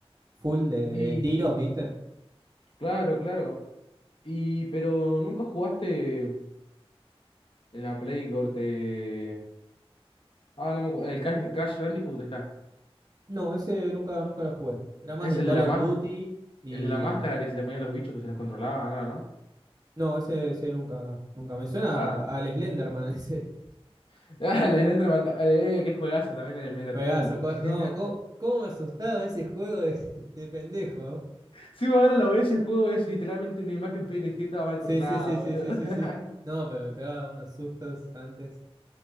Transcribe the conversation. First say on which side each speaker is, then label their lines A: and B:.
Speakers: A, on the right (about 40°); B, on the left (about 55°).
A: full de,
B: Y
A: de tiros, ¿viste?
B: claro, claro. Y pero nunca jugaste en la Play corte. Ah, no me acuerdo. El Crash, Crash Bandicoot ahí está.
A: No, ese nunca, nunca lo jugué, era más
B: Es
A: de
B: el
A: Call
B: de la
A: of
B: más,
A: Duty y...
B: el de la máscara que se le ponían los bichos que se los controlaba, ¿no? ¿No?
A: No, ese, ese nunca, nunca, me suena
B: Ah,
A: a- al Slenderman <laughs> ese,
B: <laughs> ah, el Slender Man- eh, qué juegazo también el Slender
A: juegazo,
B: Tui.
A: juegazo,
B: <laughs>
A: no, ¿cómo, cómo me asustaba ese juego de, de pendejo?
B: Sí, ahora lo ves, el juego es literalmente una imagen PNG toda mal
A: Sí,
B: cortada,
A: sí, sí, sí,
B: boludo.
A: sí,
B: <laughs>
A: sí, sí. No, pero me pegaba unos sustos antes.